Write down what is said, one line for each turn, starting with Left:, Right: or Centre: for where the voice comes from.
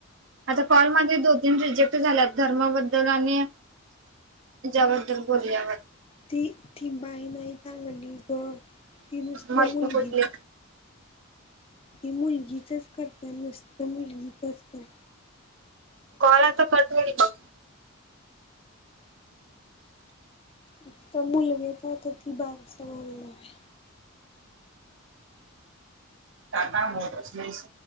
Right: आता कॉलमध्ये दोन-तीन रिजेक्ट झाल्यात धर्माबद्दल आणि हय ज्या बद्दल बोलल्यावर
Left: ती ती बाई नाही चांगली गं ती नुसतं
Right: मस्त
Left: मुलगी
Right: कुठले
Left: ही मुलगीचच करत्या, नुसतं मुलगीचचं करत्या.
Right: कॉल अता कट हुईल बघ
Left: इतं मुलगे काय तर ती बारसं घालणाराय-
Right: टाटा मोठर्स नाहीस